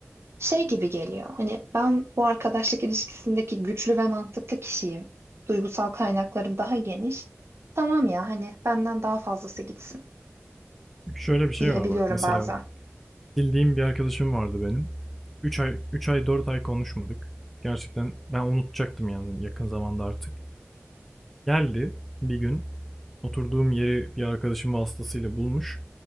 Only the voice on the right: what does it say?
Şey gibi geliyor. Hani ben bu arkadaşlık ilişkisindeki güçlü ve mantıklı kişiyim. Duygusal kaynaklarım daha geniş. Tamam ya hani benden daha fazlası gitsin
diyebiliyorum
bazen.